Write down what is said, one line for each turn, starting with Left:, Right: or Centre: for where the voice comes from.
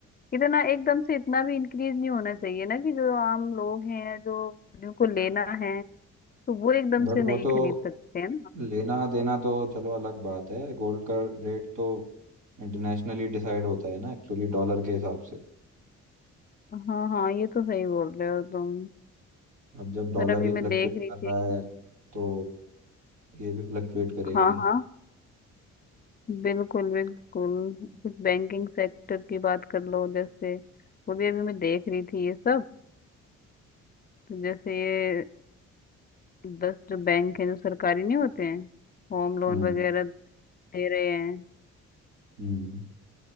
Left: इतना एकदम से इतना भी इंक्रीज नहीं होना चाहिए ना कि जो आम लोग हैं जो जिनको लेना है तो वो एकदम
Right: बट
Left: से नहीं
Right: वो तो
Left: खरीद सकते हैं ना
Right: लेना देना तो चलो अलग बात है गोल्ड का रेट तो इंटरनेशनली डिसाइड होता है ना एक्चुअली डॉलर के हिसाब से
Left: हाँ हाँ ये तो सही बोल रहे हो तुम
Right: अब जब डॉलर
Left: पर अभी
Right: ही
Left: मैं
Right: फ्लक्चुएट
Left: देख रही
Right: कर
Left: थी
Right: रहा है तो ये भी फ्लक्चुएट करेगा
Left: हाँ
Right: ही
Left: हाँ बिल्कुल बिल्कुल कुछ बैंकिंग सेक्टर की बात कर लो जैसे वो भी अभी मैं देख रही थी ये सब तो जैसे ये दस जो बैंक हैं जो सरकारी नहीं होते हैं होम लोन
Right: हम्म
Left: वगैरह दे रहे हैं
Right: हम्म